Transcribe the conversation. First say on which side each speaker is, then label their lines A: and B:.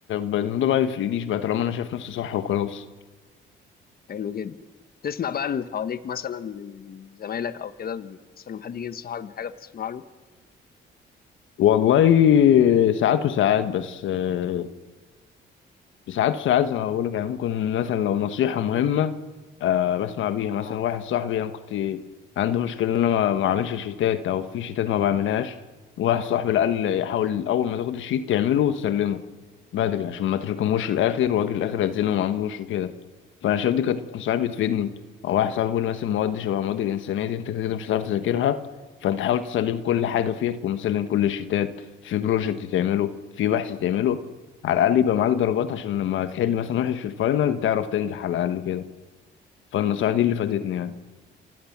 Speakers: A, on the left; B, on the left.
A: فالموضوع ما يفرقليش بقى طالما انا شايف نفسي صح وخلاص
B: حلو جدا تسمع بقى اللي حواليك مثلا من زمايلك او كده مثلا لما حد يجي ينصحك بحاجه بتسمع له
A: والله ساعات وساعات بس آه، ساعات وساعات زي ما بقول لك يعني ممكن مثلا لو نصيحة مهمة آه بسمع بيها مثلا
B: اه
A: واحد صاحبي انا كنت عندي مشكلة ان انا ما ما اعملش شيتات او في شيتات ما بعملهاش واحد صاحبي اللي قال لي حاول اول ما تاخد الشيت تعمله وتسلمه بدري عشان ما تركموش الاخر واجي الاخر اتزنق وما اعملوش وكده فانا شايف دي كانت نصايح
B: تمام.
A: بتفيدني او واحد صاحبي بيقول لي مثلا مواد شبه مواد الانسانية دي انت كده كده مش هتعرف تذاكرها فانت حاول تسلم كل حاجة فيها تكون مسلم كل الشيتات في بروجكت تعمله في بحث تعمله على الأقل يبقى معاك درجات عشان لما تحل مثلا وحش في الفاينل تعرف تنجح على الأقل كده فالنصائح دي اللي فادتني
B: مظبوط
A: يعني